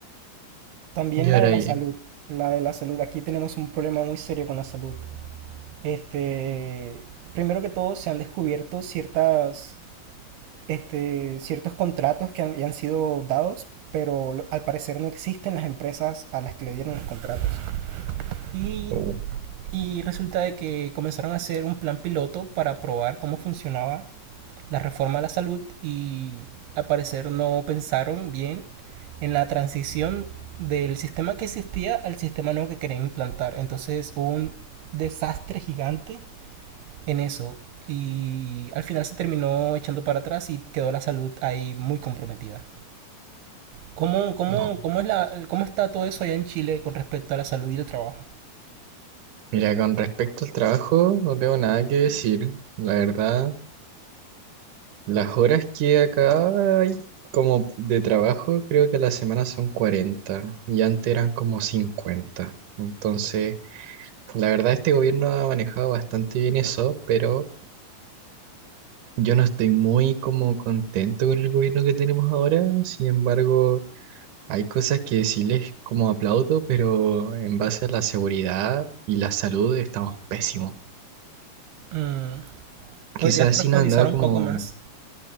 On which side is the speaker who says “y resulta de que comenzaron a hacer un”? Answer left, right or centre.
Right